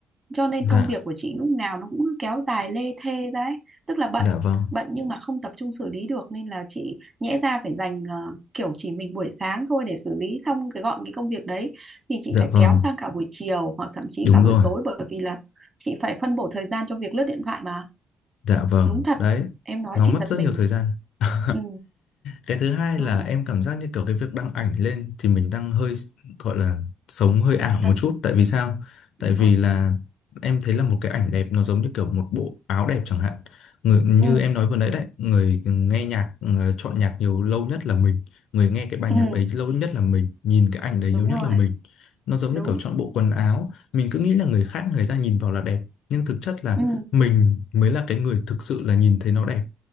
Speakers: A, on the right (about 20°); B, on the left (about 75°).
A: cho nên
B: dạ
A: công việc của chị lúc nào nó cũng cứ kéo dài lê thê ra ấy. tức là bận
B: dạ vâng
A: bận nhưng mà không tập trung xử lý được nên là chị nhẽ ra phải dành ờ, kiểu chỉ mình buổi sáng thôi để xử lý xong cái gọn cái công việc đấy thì chị
B: dạ
A: phải
B: vâng
A: kéo sang cả buổi chiều hoặc thậm chí
B: đúng
A: cả buổi
B: rồi
A: tối bởi vì là chị phải phân bổ thời gian cho việc lướt điện thoại mà
B: Dạ vâng,
A: đúng thật
B: đấy,
A: em nói
B: nó
A: chị
B: mất
A: giật
B: rất
A: mình
B: nhiều thời gian. <laughs>
A: ừ
B: Cái thứ hai
A: đúng
B: là em cảm giác như kiểu cái việc đăng ảnh lên thì mình đang hơi s- gọi là sống hơi ảo
A: Tần
B: một chút. Tại vì sao? Tại
A: đúng
B: vì
A: rồi
B: là em thấy là một cái ảnh đẹp nó giống như kiểu một bộ áo đẹp chẳng hạn. Người, như
A: ừ
B: em nói vừa nãy đấy, người nghe nhạc, ờ, chọn nhạc nhiều lâu nhất là mình. Người nghe cái bài
A: ừ
B: nhạc đấy lâu nhất là mình, nhìn cái ảnh đấy
A: đúng
B: nhiều nhất
A: rồi
B: là mình. Nó giống
A: đúng
B: như kiểu chọn bộ quần áo. Mình cứ nghĩ là người khác người ta nhìn vào là đẹp. Nhưng thực chất là
A: ừ
B: mình mới là cái người thực sự là nhìn thấy nó đẹp